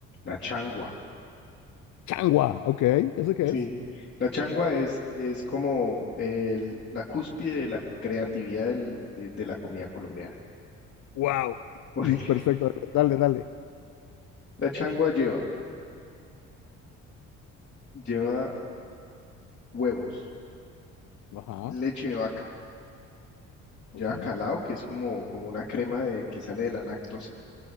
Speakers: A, on the left; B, on the left.
A: La changua.
B: Changua, ok, ¿eso qué
A: Sí.
B: es?
A: La changua es, es como el, la cúspide de la creatividad del- de, de la comida colombiana.
B: Wow,
A: Porque
B: mm, perfecto,
A: <laughs>
B: dale, dale.
A: la changua lleva, lleva huevos,
B: Ajá,
A: leche de vaca, lleva
B: ok,
A: calao, que es como, como una crema de, que sale de la lactosa,